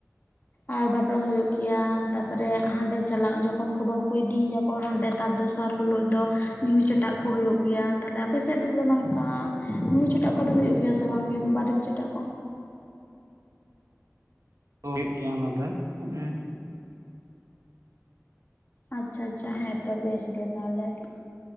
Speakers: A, on the left (about 40°); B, on the right (about 75°).
A: ᱟᱨ ᱵᱟᱯᱞᱟ ᱦᱩᱭᱩᱜ ᱜᱮᱭᱟ᱾ ᱛᱟᱯᱚᱨᱮ ᱦᱟᱸᱰᱮ ᱪᱟᱞᱟᱜ ᱡᱚᱠᱷᱚᱱ ᱠᱚ ᱵᱟᱹᱦᱩ ᱠᱚ ᱤᱫᱤᱭᱟᱠᱚ ᱦᱟᱸᱰᱮ ᱛᱟᱨ ᱫᱚᱥᱟᱨ ᱦᱳᱞᱳᱜ ᱫᱚ ᱢᱤᱦᱩ ᱪᱮᱴᱟᱜ ᱠᱚ ᱦᱩᱭᱩᱜ ᱜᱮᱭᱟ ᱛᱷᱟᱞᱮ ᱟᱯᱮ ᱥᱮᱫ ᱫᱚ ᱚᱝᱠᱟ ᱢᱤᱦᱩ ᱪᱚᱴᱟᱜ ᱠᱚᱫᱚ ᱦᱩᱭᱩᱜ ᱜᱮᱭᱟᱥ ᱥᱮ ᱵᱟᱝᱜᱮ ᱵᱟᱨᱮᱛ ᱪᱮᱴᱟᱜ ᱠᱚ
B: ᱦᱩᱭᱩᱜ ᱜᱮᱭᱟ ᱚᱱᱟ ᱫᱚ ᱩᱸᱜ
A: ᱟᱪᱪᱷᱟ ᱟᱪᱪᱷᱟ ᱦᱮᱸ ᱛᱚ ᱵᱮᱥ ᱜᱮ ᱛᱟᱦᱚᱞᱮ᱾